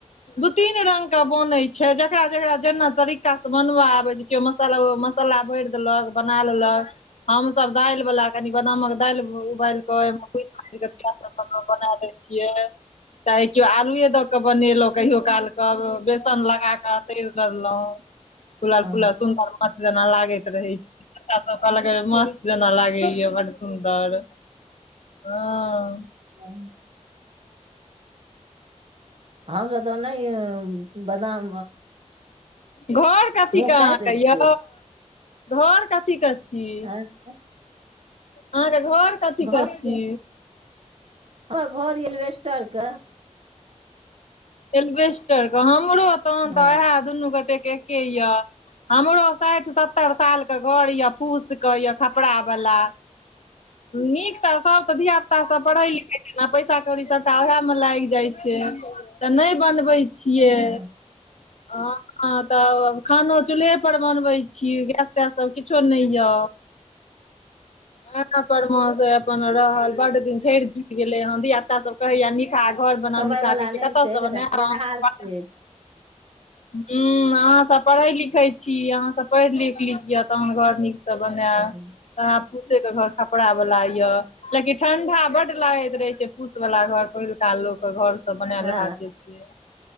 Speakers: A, on the left (about 65°); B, on the right (about 50°).
A: दू तीन रंग के बनय छै जेकरा जेकरा जेना तरीका स बनवा आबै छै केओ मसाला मसाला भरि बना लेलक हम सब दालि बला क नि बदामक दाल उबाल क ओ कुटक के प्यज सब डाली क बना दय छियै चाहे केओ आलुए दऽ कऽ बनेलहुँ कहियो काल क बेसन लगाक तैर दहुं फुलल
B: हँ
A: फुलल सुन्दर माछ जना लागैत रहै छै बच्चा सब कहलक माछ जेना लागैया बड्ड सुन्दर हँ
B: ह ह त तऽ नहि बादाम
A: घर कथीे
B: मुँह
A: अहाँके
B: काटि दै छियै
A: य घर कथी के छी
B: अच्छा
A: अहाँके घर कथी
B: घर
A: के
B: छियै
A: छी
B: हमर घर एलवेस्टर के
A: एल्वेस्टरके हमरो तहन
B: हँ
A: तऽ उएह दुनू गोटेके के य हमरो साठि सत्तर साल के घर य फूस के य खपड़ा वाला नीक तऽ सभ तऽ धियापुता सब पढ़ै लिख खै छै नऽ पैसा कौड़ी सबटा ओएह मे लागि जाइ छै तऽ नहि बनबै छियै
B: हँ
A: हँ तब खानो चूल्हे पर बनबै छियै गैस तैस सब किछो नहि य <unintelligible> पर म अपन रहल बड्ड दिन झड़ि झुरि गेलै हन धिया पुता सब कहैये नीक निकहा घर बनाउ
B: कमाय
A: निकहा
B: वला
A: कहै
B: नहि
A: छियै कतसँ
B: छै एकटा
A: बनाएब
B: कमेनहार
A: <unintelligible>
B: छै
A: हूंम्म अहाँ सब पढ़ै लिखै छी अहाँसभ पढ़ि लिख लिय तहन घर नीक स सब बनेब
B: हँ
A: वैहे फुसे के घर खपड़ा वाला य लेकिन ठंडा बड्ड लागैत रहे छै फुस वाला घर पहिलका लोक के घर बनेलहा
B: आ,
A: छै से